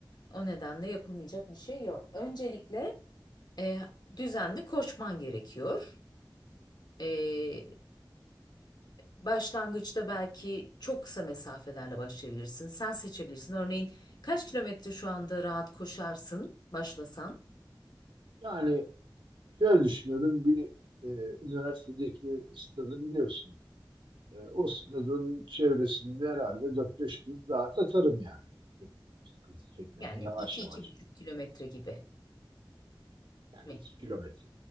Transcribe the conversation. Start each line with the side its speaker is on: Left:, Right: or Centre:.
Left: O nedenle yapılmayacak bir şey yok. Öncelikle e, düzenli koşman gerekiyor. E, Başlangıçta belki çok kısa mesafelerle başlayabilirsin. Sen seçebilirsin. Örneğin kaç kilometre şu anda rahat koşarsın başlasan?
Right: Yani şöyle düşünüyorum. Bir e, üniversitedeki stadı biliyorsun. E, o sınırın çevresinde herhalde 4-5 gün rahat atarım yani. Çok Sıkıntı çekmeden
Left: Yani
Right: yavaş
Left: iki
Right: yavaş.
Left: iki buçuk kilometre gibi
Right: Yani
Left: mi?
Right: 2 kilometre.